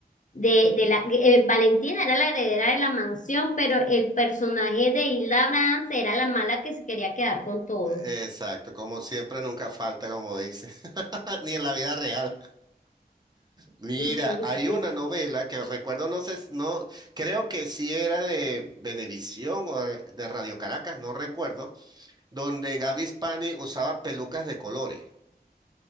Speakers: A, on the left (about 50°); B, on the right (about 25°).
A: de, de la eh, Valentina era la heredera de la mansión, pero el personaje de Hilda Brands era la mala que se quería quedar con todo.
B: Exacto, como siempre, nunca falta, como dice, <laughs> ni en la vida real. Mira,
A: Mm,
B: hay
A: sí,
B: una novela que recuerdo, no sé, si- no, creo que sí era de Venevisión o de, de Radio Caracas, no recuerdo, donde Gaby Spani usaba pelucas de colores.